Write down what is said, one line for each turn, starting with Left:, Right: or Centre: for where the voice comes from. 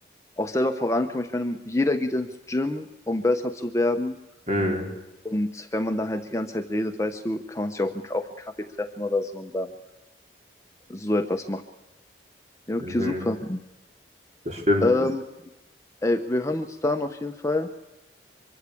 Left: auch selber vorankommen. Ich meine, jeder geht ins Gym, um besser zu werden.
Right: Mhm,
Left: Und wenn man da halt die ganze Zeit redet, weißt du, kann man sich auch auf einen Kaffee treffen oder so und dann so etwas machen. Ja,
Right: mhm,
Left: okay, super.
Right: das stimmt.
Left: Ähm, ey, wir hören uns dann auf jeden Fall.